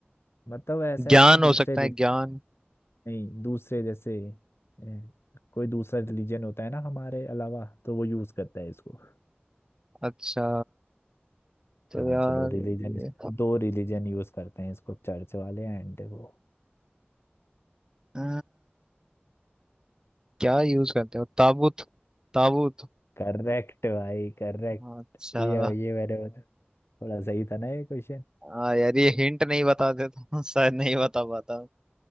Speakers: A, on the left; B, on the right.
A: मतलब ऐसा
B: ज्ञान
A: है कि दूसरे
B: हो सकता
A: रि-
B: है ज्ञान
A: नहीं दूसरे जैसे ए, कोई दूसरा रिलीजन होता है ना हमारे अलावा तो वो यूज करता है इसको
B: अच्छा तो
A: हाँ
B: यार
A: चलो रिलीजन
B: ये
A: दो रिलीजन यूज करते हैं इसको चर्च वाले एंड वो
B: अ, क्या यूज करते हो ताबूत ताबूत
A: करेक्ट भाई करेक्ट
B: अच्छा
A: ये ये मेरे को थोड़ा सही था ना ये क्वेश्चन
B: हाँ यार ये हिंट नहीं बताते तो <laughs> शायद नहीं बता पाता